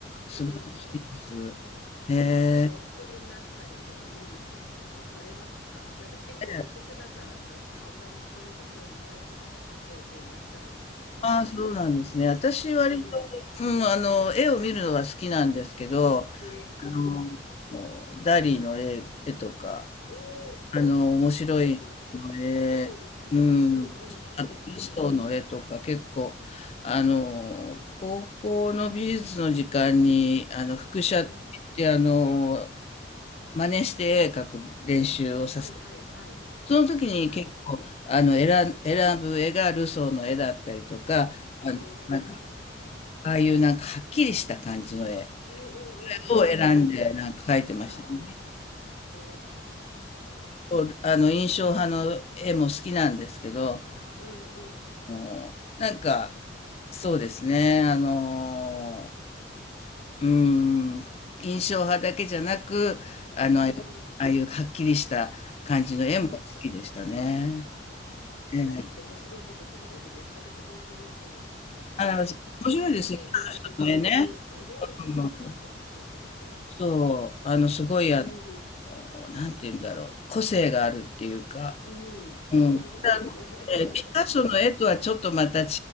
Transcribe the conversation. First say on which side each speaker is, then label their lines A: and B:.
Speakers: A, on the left; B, on the left.
A: す素晴らしいです。
B: うん。
A: へ
B: なんかお作りになったりとか見に行ったりとかはされますかなんか結構特殊だからなんかあんまりそういうの興味ないって方も大勢いらっしゃるんですけれども。
A: え。でああ、そうなんですね。私割と、
B: うん。
A: うん、あの、絵を見るのが好きなんですけど、あの、
B: えー、
A: ダリの絵、絵とか、
B: おお、
A: あの、面白いの絵、
B: 面白いとこ。うん、うん、
A: うん。
B: うん、うん、
A: あと、ルソーの絵とか結構、
B: うん、
A: あの、高校の美術の時間に、あの、複写って言って、
B: うん。うん
A: あの、真似して絵描く練習をさせる。
B: はいはい、はい、
A: その時に結構、
B: はい。
A: あの、選ん、選ぶ絵がルソーの絵だったりとか、あの、
B: へえ、
A: なんか、ああいうなんかはっきりした感じの絵
B: うんうんうんうんうんうん。
A: を選んでなんか描いてましたね。
B: ああ、へえ、
A: こうあの、印象派の絵も好きなんですけど、
B: うんうん、
A: もう、なんか、そうですね、あのー、うーん、印象派だけじゃなく、あの、
B: うんうん、
A: ああいうはっきりした感じの絵も好きでしたね。
B: うん。ああ、
A: ええ。
B: ダリって面白いところですね。私もすごい興味があって。
A: あの、面白いですね、
B: <laughs> スペインに行った時とか、
A: 彼人の絵ね。
B: うん、すごい面白いなと思ったけれど。
A: うん、そう、あの、すごい、
B: う
A: あの、
B: ん、
A: なんて言うんだろう、個性があるっていうか、
B: うん、強いですよね。
A: うん。えーピカソの絵とはちょっとまた違
B: <laughs>